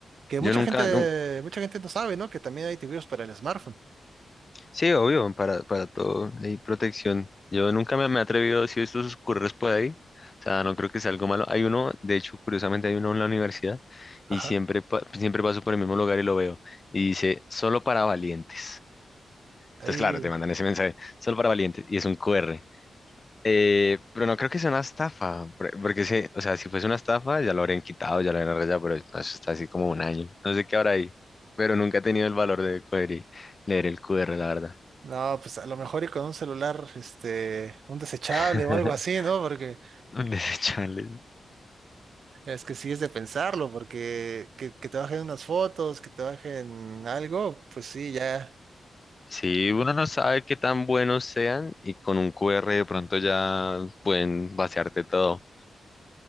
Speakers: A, on the right; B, on the left.
A: Que
B: Yo
A: mucha
B: nunca,
A: gente,
B: nu-
A: mucha gente no sabe, ¿no? Que también hay antivirus para el smartphone.
B: sí, obvio, para, para todo hay protección. Yo nunca me, me he atrevido a decir estos curros por ahí. O sea, no creo que sea algo malo. Hay uno, de hecho, curiosamente hay uno en la universidad
A: Ajá.
B: y siempre, pa- siempre paso por el mismo lugar y lo veo. Y dice, solo para valientes.
A: Ahí
B: Entonces, claro, te mandan ese mensaje, solo para valientes. Y es un QR. Eh, pero no creo que sea una estafa, por- e, porque si, o sea, si fuese una estafa ya lo habrían quitado, ya lo habrían arreglado, pero no, eso está así como un año, no sé qué habrá ahí, pero nunca he tenido el valor de coger y leer el QR, la verdad.
A: No, pues a lo mejor y con un celular, este, un desechable
B: <laughs>
A: o algo así, ¿no? Porque
B: Desecharle.
A: es que sí es de pensarlo, porque que, que te bajen unas fotos, que te bajen algo, pues sí, ya,
B: Sí, uno no sabe qué tan buenos sean y con un QR de pronto ya pueden vaciarte todo.